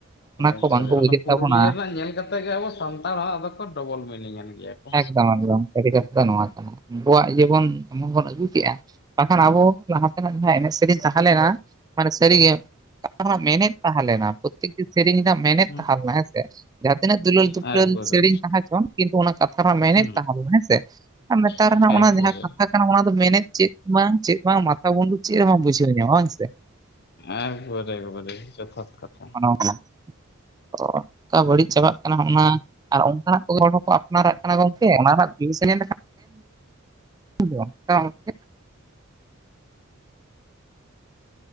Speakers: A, on the left (about 50°); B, on the right (about 20°).
A: ᱮᱠᱵᱟᱨᱮ
B: ᱠᱚ ᱵᱟᱝᱠᱚ ᱵᱩᱡᱮᱫ
A: ᱚᱱᱟ ᱯᱩᱨᱩᱞᱤᱭᱟᱹ
B: ᱛᱟᱵᱚᱱᱟ
A: ᱨᱮᱱᱟᱜ ᱧᱮᱞ ᱠᱟᱛᱮᱜ ᱜᱮ ᱟᱵᱚ ᱥᱟᱱᱛᱟᱲ ᱦᱚ ᱟᱫᱚᱠᱚ ᱰᱚᱵᱚᱞ ᱢᱤᱱᱤᱝ ᱮᱱ ᱜᱮᱭᱟ ᱠᱚ
B: ᱮᱠᱫᱚᱢ ᱮᱠᱫᱚᱢ ᱥᱟᱹᱨᱤ ᱠᱟᱛᱷᱟ ᱫᱚ ᱱᱚᱣᱟ ᱠᱟᱱᱟ ᱩᱱᱠᱩᱣᱟᱜ ᱤᱭᱟᱹᱵᱚᱱ ᱮᱢᱚᱱ ᱵᱚᱱ ᱟᱹᱜᱩ ᱠᱮᱜᱼᱟ ᱵᱟᱠᱷᱟᱱ ᱟᱵᱚ ᱞᱟᱦᱟ ᱛᱮᱱᱟᱜ ᱡᱟᱸᱦᱟ ᱮᱱᱮᱡ ᱥᱮᱨᱮᱧ ᱛᱟᱦᱮᱸᱞᱮᱱᱟ ᱢᱟᱱᱮ ᱥᱟᱹᱨᱤᱜᱮ ᱚ ᱢᱮᱱᱮᱫ ᱛᱟᱦᱮᱸ ᱞᱮᱱᱟ ᱯᱨᱚᱛᱮᱠᱴᱤ ᱥᱮᱨᱮᱧ ᱨᱮᱱᱟᱜ ᱢᱮᱱᱮᱫ
A: ᱦᱩᱸ
B: ᱛᱟᱦᱮᱸ ᱞᱮᱱᱟ ᱦᱮᱸ ᱥᱮ ᱡᱟᱦᱟ ᱛᱤᱱᱟᱹᱜ ᱫᱩᱞᱟᱹᱲ ᱫᱩᱯᱞᱟᱹᱞ
A: ᱮᱠᱵᱟᱨᱮ
B: ᱥᱤᱨᱤᱧ ᱛᱟᱸᱦᱮ ᱪᱚᱱ ᱠᱤᱱᱛᱩ ᱚᱱᱟ ᱠᱟᱛᱷᱟ ᱨᱮᱱᱟᱜ ᱢᱮᱱᱮᱫ
A: ᱦᱩᱸ
B: ᱛᱟᱸᱦᱮ ᱞᱮᱱᱟ ᱦᱮᱸ ᱥᱮ ᱟᱨ ᱱᱮᱛᱟᱨ
A: ᱮᱠᱵᱟᱨᱮ
B: ᱨᱮᱱᱟᱜ ᱚᱱᱟ ᱡᱟᱦᱟ ᱠᱟᱛᱷᱟ ᱠᱟᱱᱟ ᱚᱱᱟ ᱫᱚ ᱢᱮᱱᱮᱫ ᱪᱮᱫ ᱵᱟᱝ ᱪᱮᱫ ᱵᱟᱝ ᱢᱟᱛᱷᱟ ᱢᱩᱱᱰᱩ ᱪᱮᱫ ᱦᱚᱸ ᱵᱟᱢ ᱵᱩᱡᱷᱟᱹᱣ ᱧᱟᱢᱟ ᱵᱟᱝ ᱥᱮ
A: ᱮᱠ ᱵᱟᱨᱮ ᱮᱠ ᱵᱟᱨᱮ ᱡᱚᱛᱷᱟᱛ ᱠᱟᱛᱷᱟ
B: ᱚᱱᱟ ᱚᱱᱠᱟ <unintelligible> ᱵᱟᱹᱲᱤᱡ ᱪᱟᱵᱟᱜ ᱠᱟᱱᱟ ᱦᱚᱸᱜᱼᱚ ᱱᱟ ᱟᱨ ᱚᱱᱠᱟᱱᱟᱜ ᱠᱚᱜᱮ ᱦᱚᱲ ᱦᱚᱠᱳ ᱟᱯᱱᱟᱨᱟᱜ ᱠᱟᱱᱟ ᱜᱚᱝᱠᱮ ᱚᱱᱟ ᱨᱮᱱᱟᱜ ᱵᱷᱤᱭᱩᱥ ᱮᱢ ᱧᱮᱞ ᱞᱮᱠᱷᱟᱱ <unintelligible>